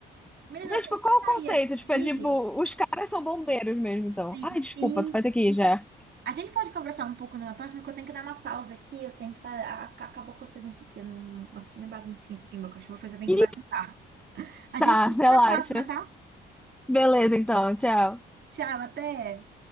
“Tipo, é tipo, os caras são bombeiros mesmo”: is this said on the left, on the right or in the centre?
Centre